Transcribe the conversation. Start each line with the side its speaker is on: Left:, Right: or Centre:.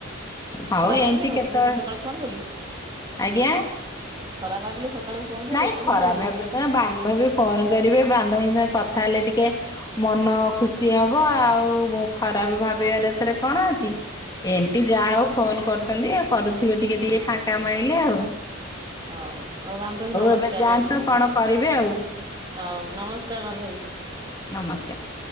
Left: ହଉ
Right: ଖରାପ ଭାବିଲେ
Left: ଏମିତି
Right: ମତେ
Left: କେତେବେଳେ
Right: ମୁଁ ଏତେ ସକାଳୁ ଫୋନ କଲି।
Left: ଆଜ୍ଞା।
Right: ଖରାପ ଭାବିଲେ ସକାଳୁ ଫୋନ କଲି
Left: ନାଇଁ
Right: ଏତେ
Left: ଖରାପ
Right: ସକାଳୁ
Left: ଭାବିବି କଣ ବାନ୍ଧବୀ ଫୋନ କରିବେ ବାନ୍ଧବୀଙ୍କ ସାଙ୍ଗେ କଥା ହେଲେ ଟି କେ ମନ ଖୁସି ହବ ଆଉ ମୁଁ ଖରାପ ଭାବିବାର ଏଥିରେ କଣ ଅଛି। ଏମିତି ଯାହା ହଉ ଫୋନ କରୁଛନ୍ତି ଆଉ କରୁଥିବେ ଟିକେ
Right: ହଁ
Left: ଟିକେ ଫାଙ୍କା
Right: ହଁ।
Left: ମିଣିଲେ ଆଉ
Right: ହଉ ହଉ ବାନ୍ଧବୀ ନମସ୍କାର
Left: ଏବେ ଯାଆନ୍ତୁ
Right: ରହିଲି
Left: କଣ କରିବେ ଆଉ
Right: ଆ ହଉ ନମସ୍କାର ବାନ୍ଧବୀ
Left: ନମସ୍କାର।